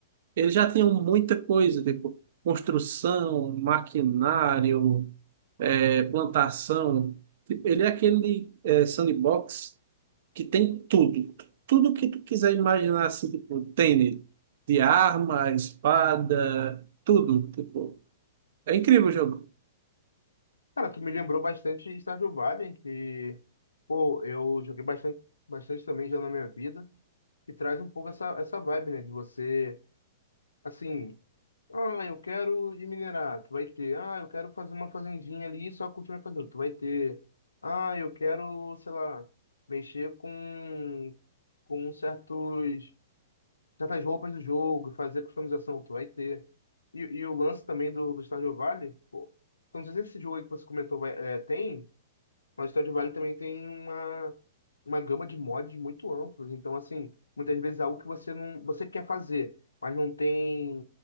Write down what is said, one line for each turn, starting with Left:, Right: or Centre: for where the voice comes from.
Right: ele já tinha muita coisa, tipo, construção, maquinário, é, plantação. Tipo, ele é aquele é, sandbox que tem tudo. Tudo que tu quiser imaginar, assim, tipo, tem nele. De arma, espada, tudo, tipo. É incrível o jogo.
Left: Cara, tu me lembrou bastante Stardew Valley, que, pô, eu joguei bastante, bastante também já na minha vida, que traz um pouco essa, essa vibe, né? De você. Assim, Ah, eu quero de minerar, tu vai ter. Ah, eu quero fazer uma fazendinha ali e só cultivar e fazer, tu vai ter. Ah, eu quero, sei lá, mexer com, com certos, certas roupas do jogo, fazer customização, tu vai ter. E, e o lance também do, do Stardew Valley, pô, eu não sei se esse jogo aí que você comentou vai, é, tem, mas o Stardew Valley também tem uma, uma gama de mods muito amplos. Então, assim, muitas vezes é algo que você não, você quer fazer, mas não tem